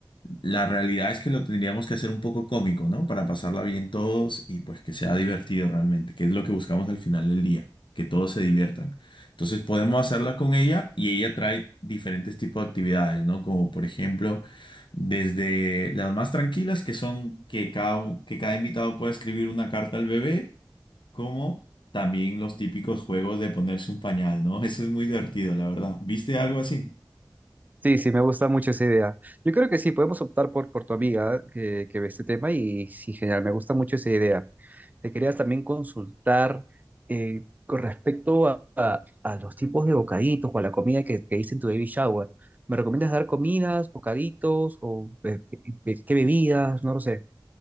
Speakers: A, on the left; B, on the right.
A: la realidad es que lo tendríamos que hacer un poco cómico, ¿no? Para pasarla bien todos y pues que sea divertido realmente, que es lo que buscamos al final del día, que todos se diviertan. Entonces podemos hacerla con ella y ella trae diferentes tipos de actividades, ¿no? Como por ejemplo, desde las más tranquilas, que son que cada, u- que cada invitado pueda escribir una carta al bebé, como también los típicos juegos de ponerse un pañal, ¿no? <laughs> Eso es muy divertido, la verdad. ¿Viste algo así?
B: Sí, sí, me gusta mucho esa idea. Yo creo que sí, podemos optar por, por tu amiga que, que ve este tema y sí, genial, me gusta mucho esa idea. Te quería también consultar eh, con respecto a, a- a los tipos de bocaditos o a la comida que, que hice en tu baby shower. ¿Me recomiendas dar comidas, bocaditos o eh, eh, qué bebidas? No lo sé.